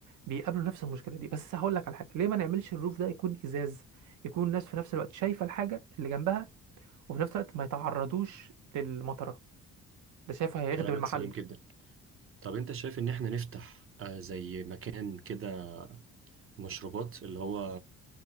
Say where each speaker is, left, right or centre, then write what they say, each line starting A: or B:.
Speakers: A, on the right (about 75°); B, on the right (about 45°).
A: بيقابلوا نفس المشكلة دي بس هقول لك على حاجة ليه ما نعملش الروف ده يكون ازاز يكون الناس في نفس الوقت شايفة الحاجة اللي جنبها وفي نفس الوقت ما يتعرضوش للمطرة ده شايفه هيخدم
B: كلامك
A: المحل
B: سليم جدا طب انت شايف ان احنا نفتح آه، زي مكان كده مشروبات اللي هو